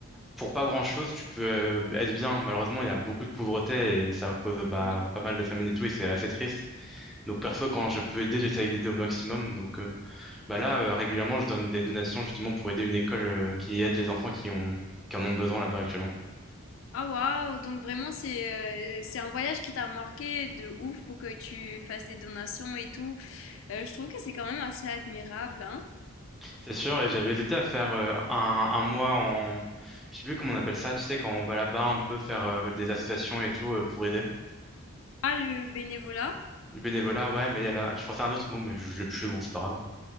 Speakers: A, in the centre; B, on the left.
A: pour pas grand-chose, tu peux euh, être bien. Malheureusement, il y a beaucoup de pauvreté et ça cause bah,
B: Mhm.
A: pas mal de famine et tout, et c'est assez triste. Donc perso, quand je peux aider, j'essaye d'aider au maximum. Donc euh, Bah là, euh, régulièrement, je donne des donations justement pour aider une école euh, qui aide les enfants qui ont qui en ont besoin là-bas actuellement.
B: Ah waouh, donc vraiment, c'est, euh, c'est un voyage qui t'a marqué de ouf pour que tu fasses des donations et tout. Euh, je trouve que c'est quand même assez admirable, hein.
A: C'est sûr, et j'avais hésité à faire euh, un, un mois en... Je sais plus comment on appelle ça, tu sais, quand on va là-bas un peu faire euh, des associations et tout euh, pour aider.
B: Ah, le bénévolat?
A: Du bénévolat, ouais, mais il y avait... je pensais à un autre mot, mais je je l'ai plus, bon, c'est pas grave.